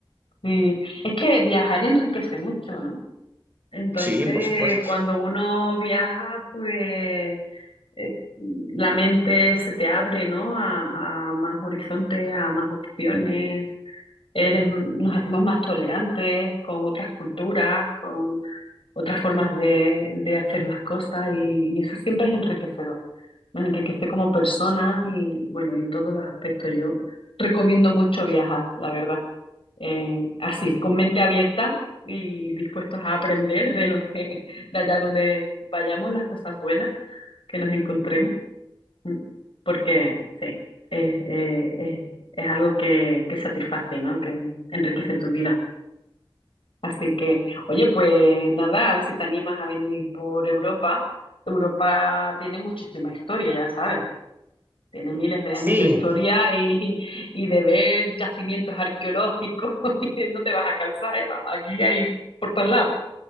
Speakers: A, on the left; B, on the right.
A: sí. Es que viajar enriquece mucho, ¿no? Entonces,
B: Sí, por supuesto.
A: cuando uno viaja, pues eh, la mente se te abre, ¿no? A, a más horizontes, a más opciones. Eres, nos hacemos más tolerantes con otras culturas, con otras formas de, de hacer las cosas y, y eso siempre es enriquecedor. Nos enriquece como personas y bueno, y en todos los aspectos yo recomiendo mucho viajar, la verdad. Eh, así, con mente abierta y dispuestos a aprender de lo que, de allá donde vayamos, las cosas buenas que nos encontremos, ¿m? porque sí, es, eh, es- es algo que, que satisface, ¿no? Que enriquece tu vida. Así que, oye, pues nada, a ver si te animas a venir por Europa. Europa tiene muchísima historia, ya sabes. Tiene miles de
B: Sí,
A: años de historia y, <laughs> y de ver yacimientos arqueológicos. <laughs> y No te vas a cansar, ¿eh? Vamos, aquí hay por todos lados.